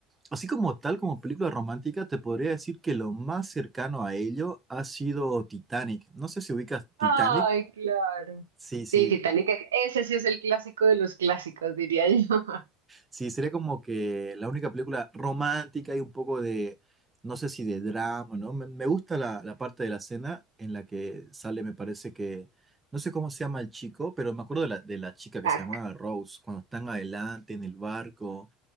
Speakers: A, on the right; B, on the right.
A: Así como tal, como película romántica, te podría decir que lo más cercano a ello ha sido Titanic. No sé si ubicas Titanic.
B: Ay, claro.
A: Sí, sí,
B: Sí, Titanic, es- ese sí es el clásico de los clásicos, diría yo. <laughs>
A: Sí, sería como que la única película romántica y un poco de, no sé si de drama, ¿no? Me, me gusta la, la parte de la cena en la que sale, me parece que, no sé cómo se llama el chico, pero me acuerdo de la, de la chica que
B: Tac.
A: se llamaba Rose, cuando están adelante en el barco